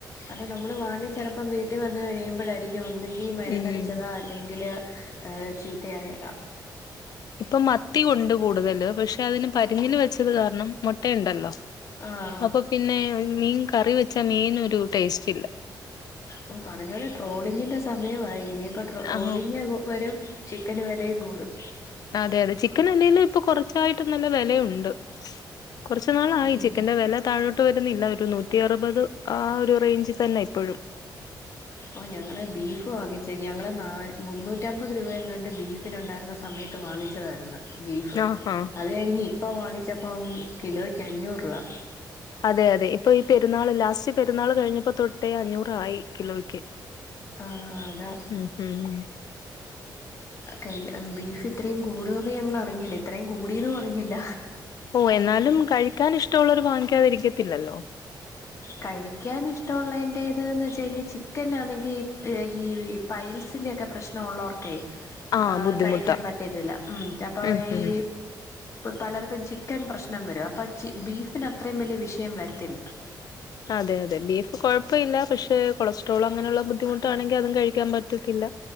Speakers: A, on the left (about 40°); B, on the left (about 55°).
A: അത നമ്മള് വാങ്ങി ചെലപ്പം വീട്ടി വന്ന് കഴിയുമ്പോഴായിരിക്കും ഒന്നുങ്കി മരുന്നടിച്ചതാ
B: ഉം
A: അല്ലേ ങ്കിൽ ചീത്തയായത-
B: ഇപ്പൊ മത്തി ഉണ്ട് കൂടുതല് പക്ഷെ അതിന് പരിഞ്ഞിന് വെച്ചത് കാരണം മുട്ടയുണ്ടല്ലോ.
A: ആ
B: അപ്പൊ പിന്നെ മീൻ കറി വെച്ചാ മീൻ ഒരു ടേസ്റ്റ് ഇല്ല.
A: ഓ പറഞ്ഞ പോലെ ട്രോളിങ്ങിന്റെ സമയമായി ഇനിയിപ്പോ ട്രോളിംഗ്
B: ആ
A: വരും- ചിക്കന് വെലയും കൂടും.
B: അതെ അതെ ചിക്കൻ അല്ലെലേ ഇപ്പൊ കൊറച്ചായിട്ടും നല്ല വെലയുണ്ട്. കുറച്ച് നാളായി
A: ഉം
B: ചിക്കൻന്റെ വെല താഴോ ട്ട് വരുന്നില്ല ഒരു നൂറ്റി അറുപത് ആഹ് ഒരു റേഞ്ച്ൽ തന്നെ ഇപ്പഴും- <inaudible>
A: ഓ ഞങ്ങള് ബീഫ് വാങ്ങിച്ചേ. ഞങ്ങള് ന മൂന്നൂറ്റമ്പത് രൂപ എങ്ങണ്ട് ബീഫിനുണ്ടായിരുന്ന, സമയത്ത് വാങ്ങിച്ചതായിര്ന്ന് ബീഫ്.
B: ആ ഹാ
A: അത് കഴിഞ്ഞ് ഇപ്പ വാങ്ങിച്ചപ്പം കിലോയ്ക്ക് അഞ്ഞൂറ് രൂപ.
B: അതെ അതെ ഇപ്പ ഈ പെര്നാള്, ലാസ്റ്റ് പെരുന്നാള് കഴിഞ്ഞപ്പോ തൊട്ടേ അഞ്ഞൂറായി കിലോ ക്ക്.
A: ആ അതാ
B: മ് ഹും.
A: കയ്യില് ഉം ബീഫ് ഇത്രേം കൂടോന്ന് ഞങ്ങൾ അറിഞ്ഞില്ല. ഇത്രയും കൂടിയതും അറിഞ്ഞില്ല.
B: ഓ എന്നാലും കഴിക്കാൻ ഇഷ്ടള്ളോര് വാങ്ങിക്കാതിരിക്കത്തില്ലല്ലോ.
A: കഴിക്കാൻ ഇഷ്ടൊള്ളേന്റെത് ന്ന് വെച്ച് കഴിഞ്ഞാൽ ചിക്കനാണെങ്കി ഈ പൈൽസിന്റെ ഒക്കെ പ്രശ്നൊള്ളോർ ക്കെ
B: ആഹ്
A: ആ
B: ബുദ്ധിമുട്ടാ
A: കഴിക്കാൻ പറ്റത്തില്ല. ഉം അപ്പ
B: ഉം ഉം
A: ഈ പലർക്കും ചിക്കൻ പ്രശ്നം വരും. അപ്പ ബീഫിന് അത്രയും വലിയ വിഷയം വരത്തില്ല.
B: അതെ അതെ ബീഫ് കൊഴപ്പില്ല. പക്ഷെ കൊളസ്ട്രോൾ അങ്ങനെയുള്ള ബുദ്ധിമുട്ടാണെങ്കിൽ അതും കഴിക്കാൻ പറ്റത്തില്ല.